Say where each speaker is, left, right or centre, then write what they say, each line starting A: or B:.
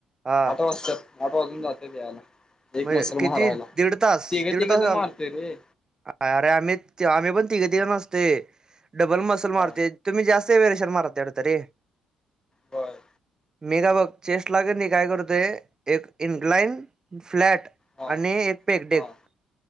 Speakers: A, on the right; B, on the left.
A: हा
B: आठ वाजतात. आठ वाजून जातात यार एक
A: म्हणजे
B: मसल
A: किती
B: मारायला
A: दीड तास
B: तिघं
A: दीड
B: तिघं
A: तास
B: मारते रे.
A: अरे आम्ही आम्ही पण तिघे तिघं नसते डबल मसल मारते
B: हा
A: तुम्ही जास्त. अस वेर शर् मारत हे तरी.
B: बरं.
A: मी बघ चेस्ट लागेल नाही काय करते एक इनलाइन. फ्लॅट
B: हा
A: आणि एक पेकडेक.
B: हा